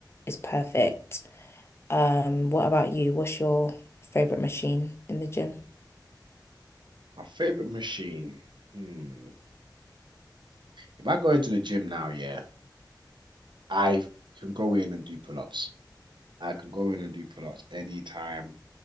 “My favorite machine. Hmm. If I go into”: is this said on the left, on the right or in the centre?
Right